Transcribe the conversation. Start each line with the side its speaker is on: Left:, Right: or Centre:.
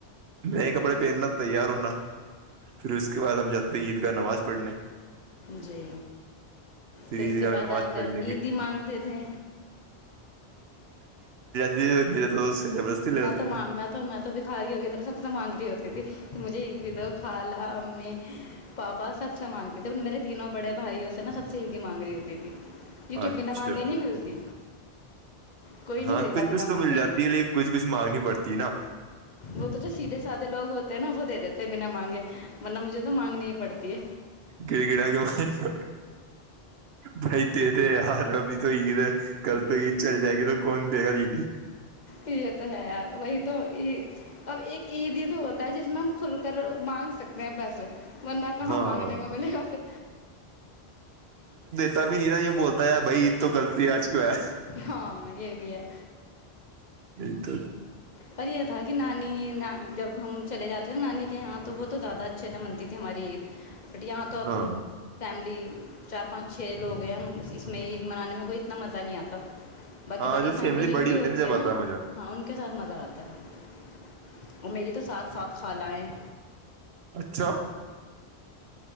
Right: نئے کپڑے پہننا تیار ہونا پھر اس کے بعد ہم جاتے ہیں عید کا نماز پنے
Left: جی پھر اس
Right: عید
Left: کے
Right: گاہ
Left: بعد
Right: نماز
Left: آ کر
Right: پڑھنے
Left: عیدی
Right: کی
Left: مانگتے تھے
Right: جیے تو سے زبردستی لے
Left: میں
Right: لیتے
Left: تو
Right: تھے
Left: میں تو میں تو بکھا رہی ہو گی ترا سب سے مانگ رہی ہوتی تھی مجھے ا تو کھا لا امی پاپا سب سے مانگتی تھے میرے تینوں بڑے بھائیوں سے نا سب سے عیدی مانگ رہی ہوتی تھی کیونکہ
Right: اچھا
Left: بنا مانگے نہیں ملتی کوئی نہیں
Right: ہاں
Left: دیتا
Right: کچھ
Left: بنا
Right: کچھ تو
Left: مانگے
Right: مل جاتی ہے لیکن کچھ کچھ مانگنی پڑتی ہے نا
Left: وہ تو جو سیدھے سادے لوگ ہوتے ہیں نا وہ دے دیتے بنا مانگے ورنہ مجھے تو مانگنی ہی پڑتی ہے
Right: گڑ گڑا کے مار بھائی دے دے یار ابھی تو عید ہے کل تو عید چل جائے گی تو کون دے گا عیدی
Left: یہ تو ہے یار وہی تو اب ایک عید ہی تو ہوتی جس میں ہم کھل کر مانگ سکتے ہیں پیسے بندہ کہاں
Right: ہاں
Left: مانگنے کو ملے گا پھر
Right: ب نہیںای بولتا ہےی بھائی تول پیاج کیا ہے
Left: ہاں یہ بھی ہے
Right: یہ تو
Left: پر یہ تھا کہ نانی جب ہم چلے جاتے نا نانی کے یہاں تو وہ تو زیادہ اچھے منتی تھی ہماری عید بٹ یہاں تو اب
Right: ہاں
Left: فیملی چار پانچ چھ لوگ ہیں ہم اس میں عید منانے میں کوئی اتنا مزہ نہیں آتا باقی
Right: ہاں
Left: بڑی
Right: جو
Left: فیملی جن
Right: بڑی
Left: کی ہوتی
Right: جب
Left: ہے
Right: آتا
Left: نا
Right: مزہ
Left: ہاں ان کے ساتھ مزہ آتا ہے اور میری تو ساتھ ساتھ خالائیں
Right: اچھا